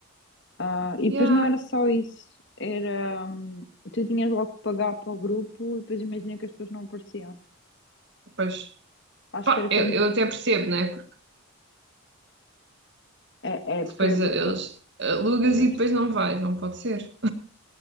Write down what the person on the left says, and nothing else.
Ah, e
depois não era só isso, era, hum, tu tinhas logo que pagar para o grupo e depois imagina que as pessoas não apareciam.
Acho
que era quando,
é, é porque
é bem,
é bem